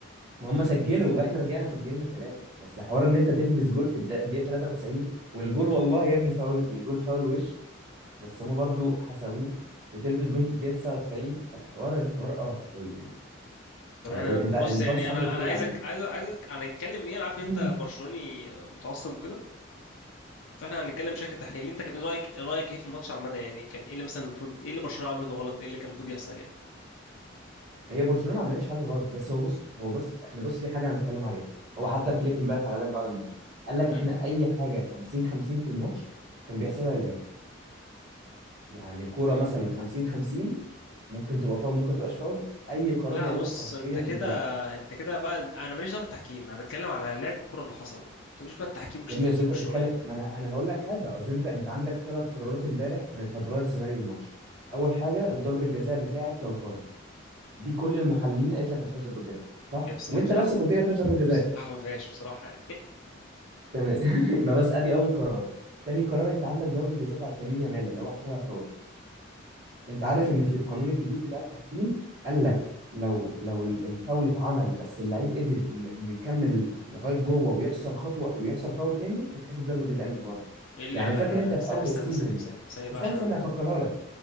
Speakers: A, on the right (about 55°); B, on the left (about 85°).
A: ما هم سجلوا واحنا رجعنا سجلنا ثلاثه بس حوار ان انت تلبس جول في الد- الدقيقه 93 والجول والله يا ابني فاول الجول فاول وش بس هم برضو حسبوه وتلبس جول في الدقيقه 99 فالحوار الحوار قرف قوي يعني,
B: طب
A: يعني
B: احنا
A: ال- انت
B: طب
A: البارسا
B: بص يعني
A: عملت
B: انا
A: كل
B: انا عايزك
A: اللي
B: عايز عايزك هنتكلم ايه انا عارف ان
A: عليها
B: انت برشلوني
A: <laughs>
B: متعصب وكده فاحنا هنتكلم بشكل تحليلي انت كان رايك رايك ايه في الماتش عامه يعني كان ايه اللي مثلا المفروض ايه اللي برشلونه عملته غلط ايه اللي كان المفروض يحصل يعني
A: هي برشلونه ما عملتش حاجه غلط بس هو بص هو بص احنا بص في حاجه هنتكلم عليها هو حتى فليك امبارح قال لك بعد الماتش قال لك
B: مم.
A: احنا اي حاجه 50 50 في الماتش كان بيحسبها للانتر يعني كوره مثلا 50 50 ممكن تبقى فاول ممكن تبقاش فاول اي قرار
B: لا
A: بيعمله
B: بص
A: حرفيا
B: انت
A: انت
B: كده
A: لا
B: انت كده بقى انا ماليش دعوه بالتحكيم انا بتكلم على لعب الكره اللي حصل ما تقوليش بقى التحكيم مش
A: يا
B: التحكيم
A: ابني اصل انت
B: والشغلانه
A: بتتكلم
B: دي
A: ما انا انا هقول لك حاجه اصل انت انت عندك ثلاث قرارات امبارح كانت هتغير سيناريو الماتش اول حاجه ضربه الجزاء بتاعت لوتارو دي كل المحللين قالت لك ما فيهاش ضربه جزاء صح
B: هي بص...
A: وانت
B: هي بصراحه
A: نفسك قلت لي ما فيهاش ضربه جزاء
B: بصراحه ما فيهاش بصراحه
A: تمام <laughs> ما بس ادي اول قرار تاني قرار انت عندك ضربه جزاء بتاعت لامين يامال اللي هو حسبها فاول انت عارف ان في القانون الجديد بتاع التحكيم قال لك لو لو ال- الفاول اتعمل بس اللعيب قدر إن- انه يكمل لغايه جوه ويحصل خطوه ويحصل فاول تاني تتحسب ضربه جزاء مش بره
B: الا
A: يعني
B: لا
A: فاكر
B: لا
A: انت
B: لا
A: في
B: ثانيه
A: اول
B: استنى
A: السيزون
B: ثانيه ثانيه ثانيه بقى
A: استنى
B: عشان
A: استنى
B: انا
A: هفكرها لك